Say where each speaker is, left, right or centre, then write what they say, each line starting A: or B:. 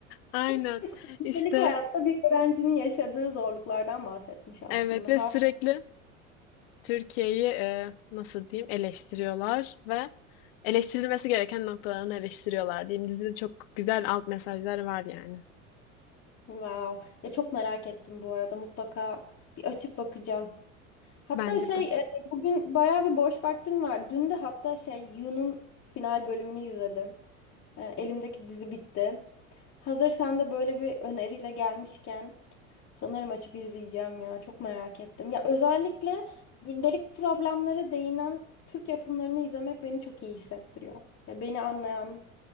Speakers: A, on the left (about 45°); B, on the left (about 30°).
A: Aynen.
B: <laughs> Gündelik
A: İşte
B: hayatta bir öğrencinin yaşadığı zorluklardan bahsetmiş aslında.
A: evet ve
B: Harika.
A: sürekli Türkiye'yi e, nasıl diyeyim eleştiriyorlar ve eleştirilmesi gereken noktalarını eleştiriyorlar diyeyim. Dizide çok güzel alt mesajlar var yani.
B: Wow. Ya çok merak ettim bu arada. Mutlaka bir açıp bakacağım. Hatta
A: Bence
B: şey
A: de.
B: e, bugün bayağı bir boş vaktim var. Dün de hatta şey Yu'nun final bölümünü izledim. E, Elimdeki dizi bitti. Hazır sen de böyle bir öneriyle gelmişken sanırım açıp izleyeceğim ya. Çok merak ettim. Ya özellikle gündelik problemlere değinen Türk yapımlarını izlemek beni çok iyi hissettiriyor. Ya beni anlayan